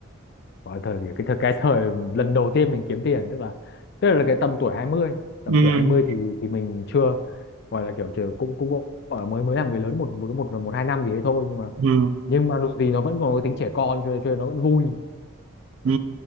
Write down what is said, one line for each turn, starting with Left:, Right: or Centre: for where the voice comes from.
Left: gọi là thời gì cái thời cái thời lần đầu tiên mình kiếm tiền tức là tức là cái tầm tuổi 20 tầm
Right: ừ.
Left: tuổi hai mươi thì thì mình chưa gọi là kiểu chưa, cũng cũng gọi là mới mới làm người lớn một một một, một hai năm gì đấy thôi nhưng mà
Right: Ừ.
Left: nhưng mà dù gì nó vẫn còn cái tính trẻ con cho cho nên nó vẫn vui
Right: Ừ.